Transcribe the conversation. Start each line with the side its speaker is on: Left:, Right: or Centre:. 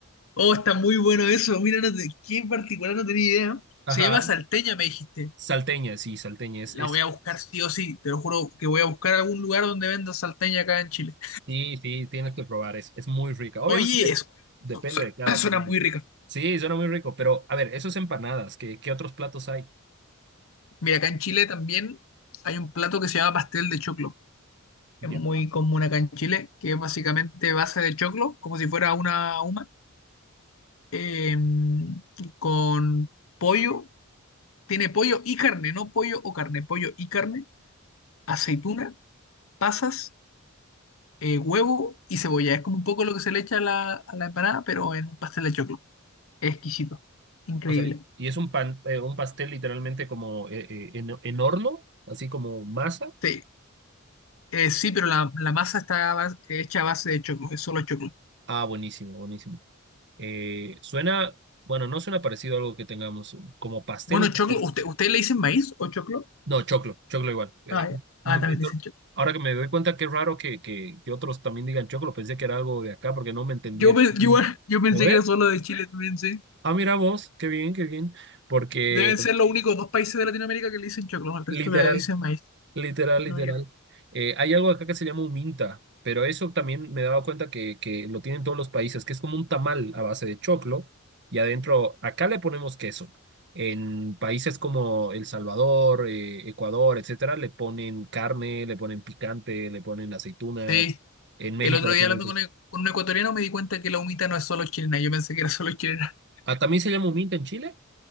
Left: Oh, está muy bueno eso. Mira, no te- qué en particular no tenía idea.
Right: Ajá.
Left: Se llama salteña, me dijiste.
Right: Salteña, sí, salteña. es
Left: La
Right: es.
Left: voy a buscar sí o sí. Te lo juro que voy a buscar algún lugar donde venda salteña acá en Chile.
Right: Sí, sí, tienes que probar, es, es muy rica. Obviamente
Left: Oye, eso,
Right: depende
Left: su-
Right: de cada
Left: <clears throat> suena
Right: quien.
Left: muy rica.
Right: Sí, suena muy rico, pero a ver, esos empanadas, ¿qué, qué otros platos hay?
Left: Mira, acá en Chile también hay un plato que se llama pastel de choclo.
Right: Ya.
Left: Es muy común acá en Chile, que es básicamente base de choclo, como si fuera una huma, eh, con pollo. Tiene pollo y carne, no pollo o carne, pollo y carne, aceituna, pasas, eh, huevo y cebolla. Es como un poco lo que se le echa a la, a la empanada, pero en un pastel de choclo. Es exquisito, increíble.
Right: O sea, y es un pan, eh, un pastel literalmente como eh, eh, en, en horno, así como masa.
Left: Sí, Eh, sí, pero la, la masa está a bas- hecha a base de choclo, es solo choclo.
Right: Ah, buenísimo, buenísimo. Eh, suena, bueno, no suena parecido a algo que tengamos como pastel.
Left: Bueno, choclo,
Right: como-
Left: ¿usted, ¿ustedes le dicen maíz o choclo?
Right: No, choclo, choclo igual. Eh,
Left: Ah, ya.
Right: me-
Left: Ah, también
Right: me-
Left: le dicen choclo.
Right: ahora que me doy cuenta que es raro que, que, que otros también digan choclo, pensé que era algo de acá porque no me entendían.
Left: Yo, pe- yo, igual- yo pensé
Right: ¿Lo ve?
Left: que era solo de Chile también, sí.
Right: Ah, mira vos, qué bien, qué bien, porque
Left: Deben ser los únicos dos países de Latinoamérica que le dicen choclo, al
Right: literal,
Left: resto le dicen maíz.
Right: literal,
Left: si
Right: literal.
Left: No yo.
Right: eh, hay algo acá que se llama un minta, pero eso también me he dado cuenta que, que lo tienen todos los países, que es como un tamal a base de choclo y adentro, acá le ponemos queso. En países como El Salvador, eh, Ecuador, etcétera, le ponen carne, le ponen picante, le ponen aceitunas.
Left: Sí,
Right: En México
Left: el otro
Right: le
Left: día
Right: ponen...
Left: hablando con, e- con un ecuatoriano me di cuenta que la humita no es solo chilena, yo pensé que era solo chilena.
Right: Ah, ¿también se llama un minta en Chile?